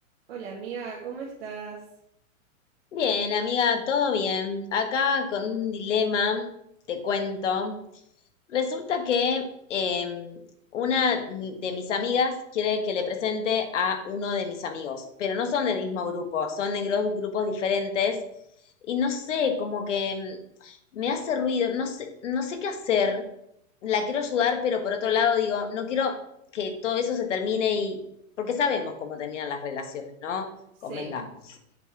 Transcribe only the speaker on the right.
Hola amiga, ¿cómo estás?
Sí.